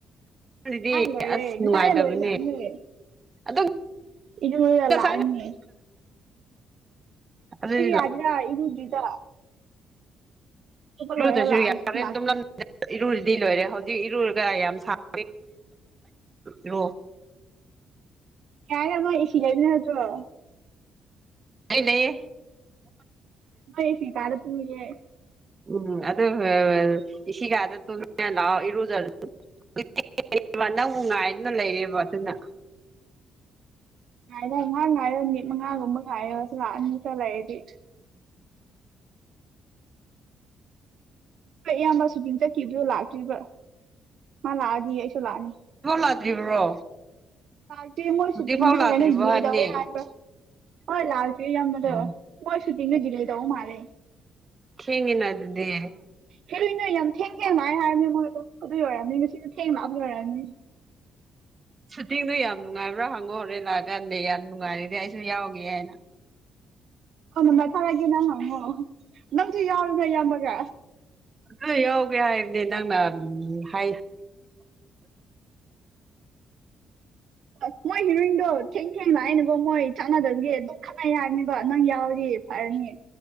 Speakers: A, on the right; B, on the right.
A: ꯑꯗꯨꯗꯤ
B: ꯉꯁꯥꯏꯟ ꯂꯣꯏꯔꯦ
A: ꯑꯁ
B: ꯉꯁꯥꯏꯅ
A: ꯅꯨꯡꯉꯥꯏꯇꯕꯅꯦ
B: ꯂꯣꯏꯈ꯭ꯔꯕꯅꯦ
A: ꯑꯗꯨ
B: ꯏꯔꯨꯔꯒ
A: ꯉꯁꯥꯏ
B: ꯂꯥꯛꯑꯅꯤ
A: ꯑꯗꯨꯗꯤ
B: ꯄꯨꯈꯤꯗ ꯌꯥꯒꯦꯔ ꯏꯔꯨꯗ꯭ꯔꯤꯗꯣ
A: ꯌꯨꯗꯁꯨ
B: ꯂꯣꯏꯔ ꯂꯥꯛꯑꯦ
A: ꯌꯥ ꯍꯣꯔꯦꯟ
B: ꯂꯥꯛꯀꯅꯤ
A: ꯇꯨꯝꯂꯝ ꯏꯔꯨꯨꯔꯗꯤ ꯂꯣꯏꯔꯦ ꯍꯧꯖꯤꯛ ꯏꯔꯨꯔꯒ ꯌꯥꯝ ꯁꯥꯡ ꯏꯔꯨ
B: ꯌꯥꯔꯦꯝ ꯅꯣꯏ ꯑꯦꯁꯤ ꯂꯩꯕ ꯅꯠꯇ꯭ꯔꯣ
A: ꯑꯩ ꯂꯩꯌꯦ
B: ꯃꯥꯏ ꯑꯦꯁꯤ ꯄꯥꯜꯂ ꯇꯨꯝꯅꯤꯡꯉꯦ
A: ꯎꯝ ꯑꯗꯨꯒ ꯑꯦꯁꯤꯒꯥꯗ ꯇꯨꯝꯅꯤꯡꯉ ꯂꯥꯛꯑꯣ ꯏꯔꯨꯖꯔ <unintelligible> ꯅꯪꯕꯨ ꯉꯥꯏꯗꯨꯅ ꯂꯩꯔꯦꯕ ꯑꯗꯨꯅ
B: ꯉꯥꯏꯗ ꯉꯥꯛ ꯉꯥꯏꯔꯣ ꯃꯤꯠ ꯃꯉꯥꯒꯨꯝꯕ ꯉꯥꯏꯔꯁꯨ ꯂꯥꯛꯑꯅꯤ ꯆꯠꯂꯛꯏꯗꯤ ꯍꯣꯏ ꯏꯌꯥꯝꯕ ꯁꯨꯇꯤꯡ ꯆꯠꯈꯤꯕꯗꯣ ꯂꯥꯛꯇ꯭ꯔꯤꯕ ꯃꯥ ꯂꯥꯛꯑꯗꯤ ꯑꯩꯁꯨ ꯂꯥꯛꯑꯅꯤ
A: ꯗꯣ ꯂꯥꯛꯇ꯭ꯔꯤꯕ꯭ꯔꯣ
B: ꯂꯥꯛꯇꯦ ꯃꯣꯏ
A: ꯍꯧꯖꯤꯛꯐꯥꯎ
B: ꯁꯨꯇꯤꯡꯗꯣ
A: ꯂꯥꯛꯇ꯭ꯔꯤꯕꯣ
B: ꯒꯥꯏꯅ ꯗꯤꯂꯦ
A: ꯍꯥꯏꯕꯅꯦ
B: ꯇꯧꯋꯦ ꯍꯥꯏꯕ ꯍꯣꯏ ꯂꯥꯛꯇ꯭ꯔꯤꯌꯦ ꯏꯌꯥꯝꯕꯗꯣ
A: ꯑꯣ
B: ꯃꯣꯏ ꯁꯨꯇꯤꯡꯗꯣ ꯗꯤꯂꯦ ꯇꯧꯕ ꯃꯥꯜꯂꯦ
A: ꯊꯦꯡꯉꯤꯅ ꯑꯗꯨꯗꯤ
B: ꯍꯦꯔꯣꯏꯟꯅ ꯌꯥꯝ ꯊꯦꯡ ꯊꯦꯡ ꯂꯥꯛꯑꯦ ꯍꯥꯏꯃꯤ ꯃꯣꯏꯗꯣ ꯑꯗꯨꯏ ꯑꯣꯏꯔꯝꯅꯤ ꯉꯁꯤꯁꯨ ꯊꯦꯡ ꯂꯥꯛꯄꯒꯤ ꯑꯣꯏꯔꯝꯅꯤ
A: ꯁꯨꯇꯤꯡꯗꯣ ꯌꯥꯝ ꯅꯨꯡꯉꯥꯏꯕ꯭ꯔꯥ ꯍꯪꯉꯣ ꯔꯦꯟ ꯂꯥꯛꯑꯀꯥꯟꯗꯤ ꯌꯥꯝ ꯅꯨꯡꯉꯥꯏꯔꯤꯗꯤ ꯑꯩꯁꯨ ꯌꯥꯎꯒꯦ ꯍꯥꯏꯅ
B: ꯐꯣꯟ ꯅꯝꯕꯔ ꯊꯥꯔꯛꯑꯒꯦ ꯅꯪ ꯍꯪꯉꯣ ꯅꯪꯁꯨ ꯌꯥꯎꯔꯣꯅ ꯏꯌꯥꯝꯕꯒ
A: ꯑꯗꯨ ꯌꯥꯎꯒꯦ ꯍꯥꯏꯔꯗꯤ ꯅꯪꯅ ꯍꯥꯏ
B: ꯑꯁ ꯃꯣꯏ ꯍꯤꯔꯣꯏꯟꯗꯣ ꯊꯦꯡ ꯊꯦꯡ ꯂꯥꯛꯑꯦꯅꯒꯣ ꯃꯣꯏ ꯆꯥꯟꯅꯗꯕꯒꯤ ꯑꯗꯨꯝ ꯈꯠꯅꯩ ꯍꯥꯏꯕꯅꯦꯕ ꯅꯪ ꯌꯥꯎꯔꯗꯤ ꯐꯔꯅꯤ